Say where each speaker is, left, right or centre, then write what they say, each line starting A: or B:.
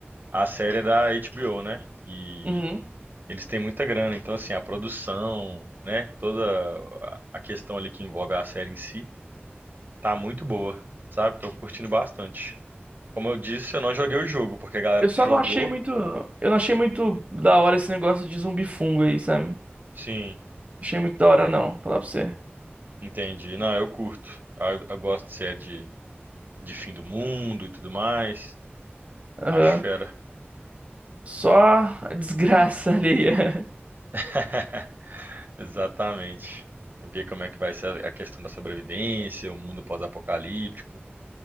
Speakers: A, on the right; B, on the right.
A: a série é da HBO, né? E
B: Uhum.
A: eles têm muita grana, então assim, a produção, né, toda a questão ali que envolve a série em si, tá muito boa, sabe? Tô curtindo bastante. Como eu disse, eu não joguei o jogo, porque a galera
B: Eu
A: que
B: só
A: jogou,
B: não achei muito. Eu não achei muito da hora esse negócio de zumbi fungo aí, sabe? Não
A: sim,
B: Achei muito da hora, não, falar pra você.
A: entendi. Não, eu curto. Eu, eu gosto de série de, de fim do mundo e tudo mais.
B: Aham.
A: Acho fera.
B: Só a desgraça <laughs> alheia.
A: <laughs> Exatamente. Ver como é que vai ser a questão da sobrevivência, o mundo pós-apocalíptico.